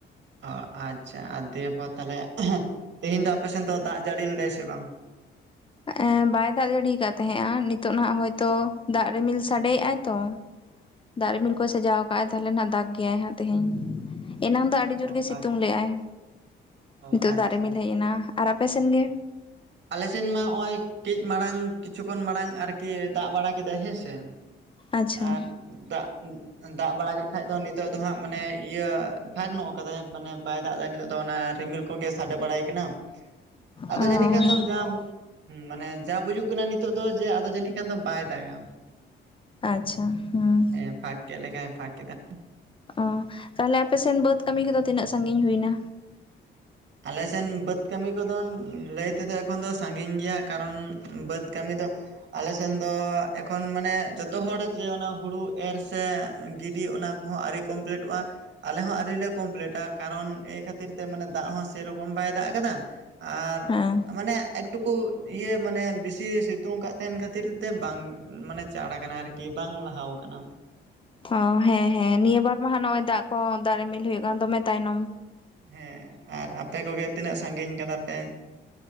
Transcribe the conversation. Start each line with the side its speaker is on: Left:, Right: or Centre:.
Right: ᱚᱻ ᱟᱪᱪᱷᱟ ᱟᱨ ᱫᱤᱭᱮᱯᱚᱨ ᱛᱟᱦᱚᱞᱮ ᱛᱮᱦᱮᱧ ᱫᱚ ᱟᱯᱮ ᱥᱮᱱ ᱫᱚ ᱫᱟᱜ ᱡᱟᱹᱲᱤ ᱞᱮᱫᱟᱭ ᱥᱮ ᱵᱟᱝ
Left: ᱮ ᱵᱟᱭ ᱫᱟᱜ ᱡᱟ. ᱲᱤᱭ ᱠᱟᱜ ᱛᱟᱦᱮᱸᱫᱼᱟ ᱱᱤᱛᱚᱜ ᱱᱟᱜ ᱦᱚᱭᱛᱚ ᱫᱟᱜ ᱨᱤᱢᱤᱞ ᱥᱟᱰᱮᱜ-ᱟ ᱛᱚ ᱫᱟᱜ ᱨᱤᱢᱤᱞ ᱠᱚᱭ ᱥᱟᱡᱟᱣ ᱟᱠᱟᱫ ᱟᱭ ᱛᱟᱦᱚᱞᱮ ᱦᱟᱜ ᱫᱟᱜ ᱜᱮᱭᱟᱭ ᱦᱟᱸᱜ ᱛᱮᱦᱤᱧ ᱮᱱᱟᱝ ᱫᱚ ᱟᱹᱰᱤ ᱡᱳᱨᱜᱮ
Right: ᱚ
Left: ᱥᱤᱛᱩᱝ
Right: ᱟᱪ
Left: ᱞᱮᱫᱟᱭ
Right: ᱚ
Left: ᱱᱤᱛᱚᱜ
Right: ᱟᱪᱪᱷᱟ
Left: ᱫᱟᱜ ᱨᱤᱢᱤᱞ ᱦᱮᱡ ᱮᱱᱟ ᱟᱨ ᱟᱯᱮ ᱥᱮᱱ ᱜᱮ
Right: ᱟᱞᱮ ᱥᱮᱱ ᱢᱟ ᱱᱚᱜ ᱚᱭ ᱠᱟᱹᱡ ᱢᱟᱲᱟᱝ ᱠᱤᱪᱷᱩ ᱠᱷᱚᱱ ᱢᱟᱲᱟᱝ ᱟᱨᱠᱤ ᱫᱟᱜ ᱵᱟᱲᱟ ᱠᱮᱫᱟᱭ ᱦᱮᱸᱥᱮ
Left: ᱟᱪᱪᱷᱟ
Right: ᱟᱨ ᱫᱟᱜ ᱫᱟᱜ ᱵᱟᱲᱟ ᱠᱮᱫ ᱠᱷᱟᱡ ᱫᱚ ᱱᱤᱛᱚᱜ ᱫᱚ ᱦᱟᱸᱜ ᱢᱟᱱᱮ ᱤᱭᱟᱹ ᱯᱷᱟᱠ ᱧᱚᱜ ᱠᱟᱫᱟᱭ ᱢᱟᱱᱮ ᱵᱟᱭ ᱫᱟᱜ ᱮᱫᱟ ᱱᱤᱛᱚᱜ ᱫᱚ ᱚᱱᱟ ᱨᱤᱢᱤᱞ ᱠᱚ ᱜᱮ ᱥᱟᱰᱮ ᱵᱟᱲᱟᱭ ᱠᱟᱱᱟ᱾ ᱟᱫᱚ
Left: ᱚᱸᱻ᱾
Right: ᱡᱟᱹᱱᱤᱡ ᱠᱷᱟᱱ ᱫᱚ ᱡᱟᱢ ᱢᱟᱱᱮ ᱡᱟ ᱵᱩᱡᱩᱜ ᱠᱟᱱᱟ ᱱᱤᱛᱚᱜ ᱫᱚ ᱡᱮ ᱟᱫᱚ ᱡᱟᱹᱱᱤᱡ ᱠᱷᱟᱱ ᱫᱚ ᱵᱟᱭ ᱫᱟᱜᱟ᱾
Left: ᱟᱪᱪᱷᱟ ᱦᱩᱸ᱾
Right: ᱦᱮᱸ ᱯᱷᱟᱸᱠ ᱠᱮᱫ ᱞᱮᱠᱟᱭ ᱯᱷᱟᱸᱠ ᱠᱮᱫᱟ᱾
Left: ᱚᱸ ᱛᱟᱦᱞᱮ ᱟᱯᱮ ᱥᱮᱱ ᱵᱟᱹᱫ ᱠᱟᱹᱢᱤ ᱠᱚᱫᱚ ᱛᱤᱱᱟᱹᱜ ᱥᱟᱺᱜᱤᱧ ᱦᱩᱭ ᱱᱟ?
Right: ᱟᱞᱮ ᱥᱮᱱ ᱵᱟᱹᱫᱽ ᱠᱟᱹᱢᱤ ᱠᱚᱫᱚ ᱞᱟᱹᱭ ᱛᱮᱫᱚ ᱮᱠᱷᱚᱱ ᱫᱚ ᱥᱟᱺᱜᱤᱧ ᱜᱮᱭᱟ, ᱠᱟᱨᱚᱱ ᱵᱟᱹᱫᱽ ᱠᱟᱹᱢᱤ ᱫᱚ ᱟᱞᱮ ᱥᱮᱱ ᱫᱚ ᱮᱠᱷᱚᱱ ᱢᱟᱱᱮ ᱡᱚᱛᱚ ᱦᱚᱲ ᱡᱮ ᱚᱱᱟ ᱦᱩᱲᱩ ᱮᱨ ᱥᱮ ᱜᱤᱰᱤ ᱚᱱᱟ ᱦᱚᱸ ᱟᱹᱣᱨᱤ ᱠᱚᱢᱯᱞᱤᱴᱚᱜᱼᱟ ᱾ ᱟᱞᱮ ᱦᱚᱸ ᱟᱹᱣᱨᱤᱞᱮ ᱠᱚᱢᱯᱞᱤᱴᱟ ᱠᱟᱨᱚᱱ ᱮᱹᱭ ᱠᱷᱟᱹᱛᱤᱨ ᱛᱮ ᱢᱟᱱᱮ ᱫᱟᱜ ᱦᱚᱸ ᱥᱮᱹᱭ ᱨᱚᱠᱚᱢ ᱵᱟᱭ ᱫᱟᱜ ᱠᱟᱫᱟ ᱟᱨ
Left: ᱦᱮᱸ
Right: ᱢᱟᱱᱮ ᱮᱠᱴᱩᱠᱩ ᱤᱭᱟᱹ ᱢᱟᱱᱮ ᱵᱤᱥᱤ ᱥᱤᱛᱩᱝ ᱠᱟᱫ ᱛᱟᱦᱮᱱ ᱠᱷᱟᱹᱛᱤᱨ ᱛᱮ ᱵᱟᱝ ᱢᱟᱱᱮ ᱪᱟᱬ ᱟᱠᱟᱱᱟ ᱟᱨ ᱠᱤ ᱵᱟᱝ ᱞᱟᱦᱟᱣ ᱠᱟᱱᱟ᱾
Left: ᱚ ᱦᱮᱸ ᱦᱮᱸ, ᱱᱤᱭᱟᱹ ᱵᱟᱨ ᱢᱟ ᱦᱟᱸᱜ ᱱᱚᱜᱼᱚᱭ ᱫᱟᱜ ᱠᱚ ᱫᱟᱜ ᱨᱤᱢᱤᱞ ᱦᱩᱭᱩᱜ ᱠᱟᱱ ᱫᱚᱢᱮ ᱛᱟᱭᱱᱚᱢ᱾
Right: ᱦᱮᱸ, ᱟᱨ ᱟᱯᱮ ᱠᱚᱜᱮ ᱛᱤᱱᱟᱹᱜ ᱥᱟᱺᱜᱤᱧ ᱠᱟᱫᱟ ᱯᱮ?